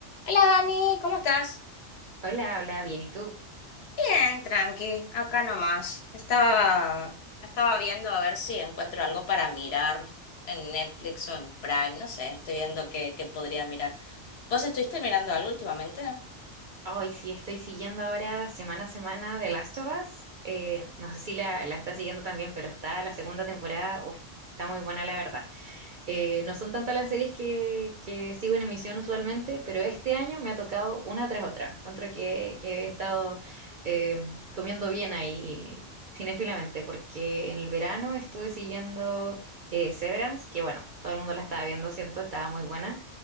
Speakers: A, on the left; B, on the right.
A: Hola Dani, ¿cómo estás?
B: Hola, hola, bien, ¿y tú?
A: Bien, tranqui, acá nomás. Estaba, estaba viendo a ver si encuentro algo para mirar en Netflix o en Prime, no sé, estoy viendo qué, qué podría mirar. ¿Vos estuviste mirando algo últimamente?
B: Hoy sí estoy siguiendo ahora semana a semana The Last of Us. Eh, no sé si la, la estás siguiendo también, pero está la segunda temporada, uf, está muy buena la verdad. Eh, no son tantas las series que, que sigo en emisión usualmente, pero este año me ha tocado una tras otra. Encuentro que, que he estado eh, comiendo bien ahí cinéfilamente, porque en el verano estuve siguiendo eh, Severance, que bueno, todo el mundo la estaba viendo, siento, estaba muy buena.